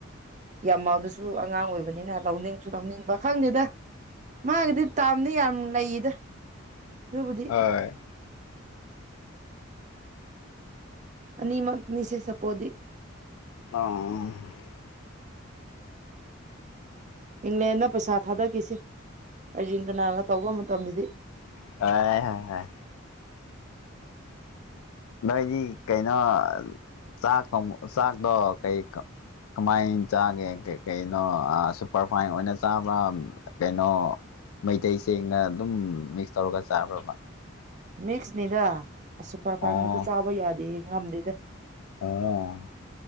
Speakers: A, on the right (about 35°); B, on the left (about 80°).
A: ꯌꯥꯝꯃꯥꯜ ꯗꯨꯁꯨ ꯑꯉꯥꯡ ꯑꯣꯏꯕꯅꯤꯅ ꯂꯧꯅꯤꯡꯁꯨ ꯂꯧꯅꯤꯡꯕ ꯈꯪꯗꯦꯗ ꯃꯥꯒꯤꯗꯤ ꯇꯥꯝꯗꯤ ꯌꯥꯝ ꯂꯩꯌꯦꯗ ꯑꯗꯨꯕꯨꯗꯤ
B: ꯍꯣꯏ
A: ꯑꯅꯤꯃꯛꯅꯤꯁꯦ ꯁꯄꯣꯗꯤ
B: <unintelligible>
A: ꯏꯪꯂꯦꯟꯅ ꯄꯩꯁꯥ ꯊꯥꯗꯈꯤꯁꯦ ꯀꯖꯤꯟꯇꯅꯥꯒ ꯇꯧꯕ ꯃꯇꯝꯗꯗꯤ
B: <unintelligible> ꯅꯣꯏꯒꯤ ꯀꯩꯅꯣ ꯆꯥꯛ ꯆꯥꯛꯇꯣ ꯀꯩ ꯀꯃꯥꯏꯅ ꯆꯥꯒꯦ ꯀꯩꯅꯣ ꯁꯨꯄꯔꯐꯥꯏꯟ ꯑꯣꯏꯅ ꯆꯥꯕ꯭ꯔꯥ ꯀꯩꯅꯣ ꯃꯩꯇꯩ ꯆꯦꯡꯒ ꯑꯗꯨꯝ ꯃꯤꯛꯁ ꯇꯧꯔꯒ ꯆꯥꯕ꯭ꯔꯕ
A: ꯃꯤꯛꯁꯅꯤꯗ ꯑꯁ ꯁꯨꯄꯔꯐꯥꯏ
B: ꯑꯣ
A: ꯉꯛꯇ ꯆꯥꯕ ꯌꯥꯗꯦ ꯉꯝꯗꯦꯗ
B: <unintelligible>